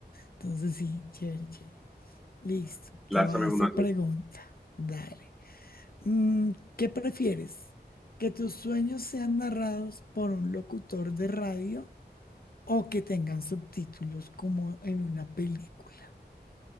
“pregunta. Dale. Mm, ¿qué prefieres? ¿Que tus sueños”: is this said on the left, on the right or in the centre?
Left